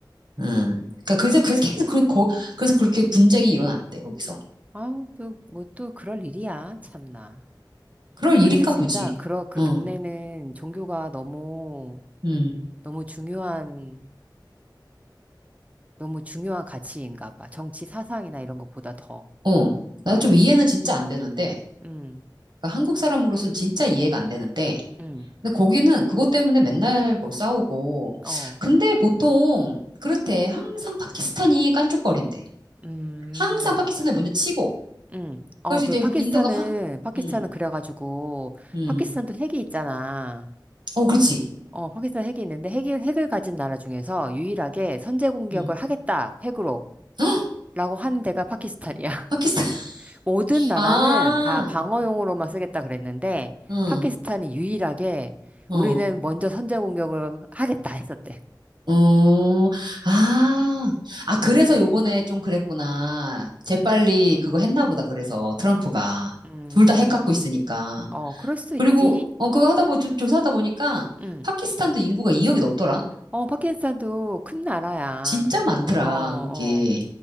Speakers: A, on the right; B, on the right.
A: 응. 그러니까 그래서, 그래서 계속 그, 거, 그래서 그렇게 분쟁이 일어난대, 거기서.
B: 아우 또뭐 또 그럴 일이야. 참나.
A: 그럴 일인가
B: 근데 진짜
A: 보지.
B: 그러 그
A: 응,
B: 동네는 종교가 너무
A: 응,
B: 너무 중요한 너무 중요한 가치인가 봐. 정치 사상이나 이런 것보다 더.
A: 어. 나
B: 어,
A: 좀 이해는 진짜 안 되는데.
B: 음,
A: 그러니까 한국 사람으로선 진짜 이해가 안 되는데.
B: 음,
A: 근데 거기는 그것 때문에 맨날 뭐 싸우고.
B: 어,
A: 근데 보통 그렇대. 항상 파키스탄이 깐족거린대.
B: 음,
A: 항상 파키스탄을 먼저 치고.
B: 음. 어,
A: 그래서
B: 그
A: 이제
B: 파키스탄은,
A: 인도가 화,
B: 파키스탄은
A: 음,
B: 그래가지고,
A: 음.
B: 파키스탄도 핵이 있잖아.
A: 어, 그렇지.
B: 어, 파키스탄 핵이 있는데, 핵을 핵을 가진 나라 중에서 유일하게 선제 공격을
A: 음.
B: 하겠다, 핵으로.
A: <gasps> 헉!
B: 라고 한 데가 파키스탄이야. <laughs>
A: 파키스탄. <laughs>
B: 모든 나라는 다 방어용으로만
A: 아,
B: 쓰겠다 그랬는데,
A: 응,
B: 파키스탄이 유일하게
A: 어,
B: 우리는 먼저 선제 공격을 하겠다 했었대.
A: 어, 아,
B: 어.
A: 아, 그래서 요번에 좀 그랬구나. 재빨리 그거 했나 보다, 그래서 트럼프가.
B: 음,
A: 둘 다 핵 갖고 있으니까.
B: 어, 그럴 수
A: 그리고
B: 있지.
A: 어 그거 하다 보 조- 조사하다 보니까
B: 응
A: 파키스탄도 인구가 2억이 넘더라.
B: 어, 파키스탄도 큰 나라야.
A: 진짜 많더라
B: 어, 어.
A: 거기.